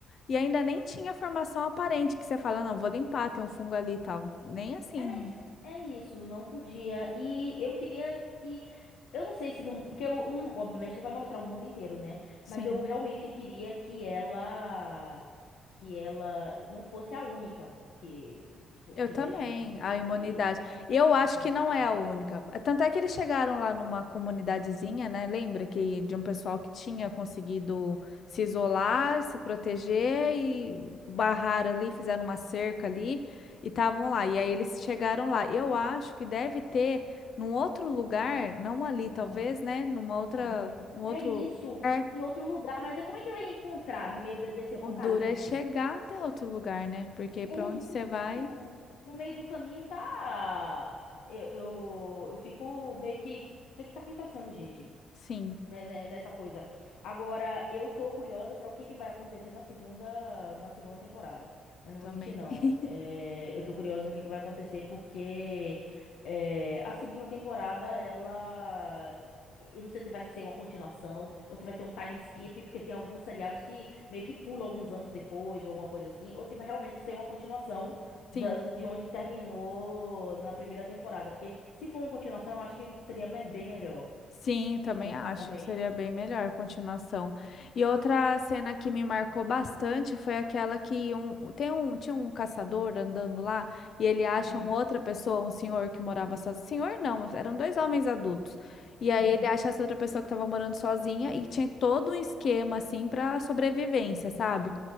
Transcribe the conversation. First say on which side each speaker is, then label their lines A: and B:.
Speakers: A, on the left; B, on the left.
A: e ainda nem tinha formação aparente que você fala, não, vou limpar, tem um fungo ali e tal. Nem assim,
B: É, mas
A: não.
B: é isso, não podia. E eu queria que. Eu não sei se não. Porque eu não, obviamente não vai mostrar o mundo inteiro, né?
A: Sim.
B: Mas eu realmente queria que ela. Que ela não fosse a única que, tipo,
A: Eu
B: tivesse
A: também,
B: esse,
A: a imunidade. E Eu acho
B: essa
A: que
B: imunidade.
A: não é a única. Tanto é que eles chegaram lá numa comunidadezinha, né? Lembra que de um pessoal que tinha conseguido se isolar, se proteger e barraram ali, fizeram uma cerca ali e estavam lá. E aí eles chegaram lá. Eu acho que deve ter num outro lugar, não ali,
B: Hum,
A: talvez, né? Numa outra,
B: uhum.
A: num outro.
B: É isso,
A: É,
B: em outro lugar. Mas é como é que vai encontrar no meio de- desse apocalipse?
A: o duro é chegar até outro lugar, né? Porque
B: É
A: para
B: isso.
A: onde você vai,
B: No meio do caminho tá. Eu, eu, eu fico meio que. O que é que tá acontecendo, gente?
A: sim,
B: né, né, nessa coisa. Agora, eu tô curiosa pra o que que vai acontecer na segunda, na segunda temporada. Eu
A: eu
B: não
A: também.
B: vou mentir, não.
A: <laughs>
B: É, eu tô curiosa do que que vai acontecer, porque é, a segunda temporada, ela. Eu não sei se vai ser uma continuação ou se vai ser um time skip, porque tem alguns seriados que meio que pulam alguns anos depois ou alguma coisa assim, ou se vai realmente ser uma continuação
A: Sim,
B: da- de onde terminou na primeira temporada. Porque se for uma continuação, eu acho que seria mel- bem melhor,
A: sim, também
B: sinceramente.
A: acho que seria bem melhor a continuação. E outra cena que me marcou bastante foi aquela que um, tem um, tinha um caçador andando lá e ele acha
B: Uhum,
A: um outra pessoa, um senhor que morava sozinho. Senhor não, eram dois homens adultos. E aí
B: uhum.
A: ele acha essa outra pessoa que estava morando sozinha e tinha todo um esquema assim para sobrevivência, sabe?